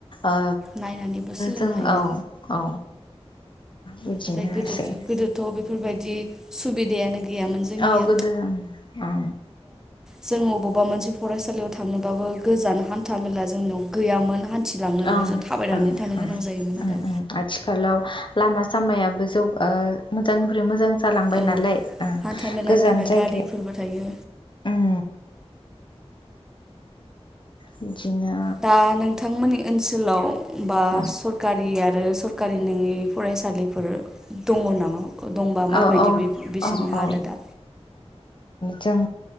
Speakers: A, on the left; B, in the centre.
A: ओ
B: नायनानैबो सोलोंनो
A: जों
B: हायो
A: औ औ। बुजिनोमोनसै।
B: नाथाय गोदो गोदोथ' बेफोरबायदि सुबिदायानो गैयामोन जोंनिया
A: औ गोदो औ
B: जोंङो अबावबा मोनसे फरायसालियाव थांनोबाबो गोजान हान्था मेला जोंनियाव गैयामोन हान्थिलांनोबो
A: ओं
B: जों थाबायनानै
A: ओं
B: थांनो
A: ओं
B: गोनां जायोमोन आरो
A: ओंं आथिखालाव। लामा सामायाबो जौ मोजांनिफ्राय मोजां। जालांबाय
B: औ
A: नालायं
B: हान्था मेलानि
A: गोजान
B: थाखाय
A: जायगायाव।
B: गारिफोरबो थायो
A: उम बिदिनो।
B: दा नोंथांमोननि ओनसोलाव बा
A: उम
B: सरकारि आरो। गारि नोंङि फरायसालिफोर दङ नामा? दंबा माबायदि
A: औ औ
B: बे बिसोरनि
A: औ
B: हालोदा
A: औ। जों